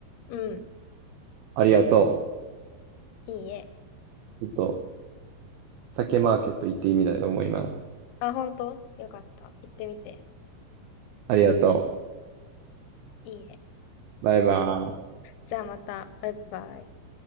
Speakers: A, on the left; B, on the right.
A: うん。
B: ありがと
A: いいえ。
B: う。ちょっと、酒マーケット行ってみたいと思います。
A: あ、ほんとよかった。行ってみて。
B: ありがと
A: いいえ。
B: う。バイバイ。
A: じゃあまた。バイバイ。